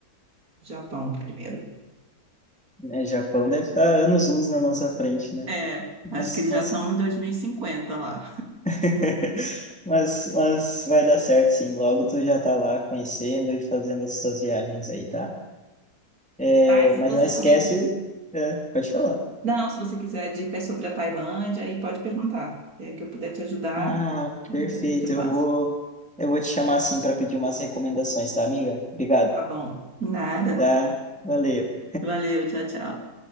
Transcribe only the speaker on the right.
Japão primeiro.
É,
acho que eles
já estão em 2050 lá.
Tá, e se
você
também.
Não, se você quiser dicas sobre a Tailândia, aí pode perguntar. Se é que eu puder te ajudar,
eu
te, te passo.
Tá bom. Nada.
Valeu, tchau, tchau.